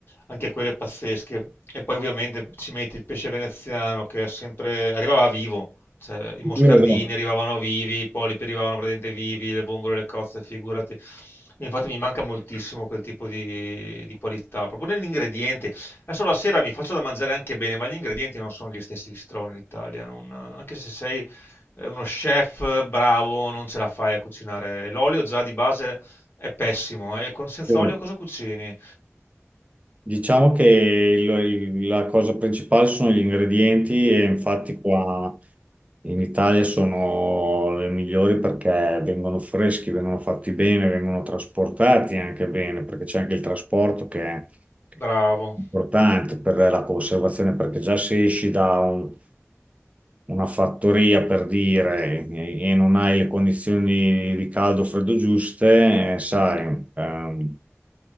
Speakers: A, on the left; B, on the right.
A: anche quelle pazzesche e poi ovviamente ci metti il pesce veneziano che è sempre arrivava vivo, cioè i moscardini
B: Io no.
A: arrivavano vivi, i polipi arrivavano praticamente vivi, le vongole, le cozze, figurati. E infatti mi manca moltissimo quel tipo di, di qualità, proprio negli ingredienti. Adesso la sera mi faccio da mangiare anche bene, ma gli ingredienti non sono gli stessi che si trovano in Italia, non- anche se sei eh, uno chef bravo non ce la fai a cucinare. L'olio già di base è pessimo. E con senza
B: Eh,
A: olio cosa cucini?
B: Diciamo che il- il- la cosa principale sono gli ingredienti e infatti qua in Italia sono le migliori perché vengono freschi, vengono fatti bene, vengono trasportati anche bene, perché c'è anche il trasporto che è
A: Bravo.
B: importante per la conservazione, perché già se esci da un- una fattoria per dire e e non hai le condizioni di caldo o freddo giuste, eh, sai, ehm,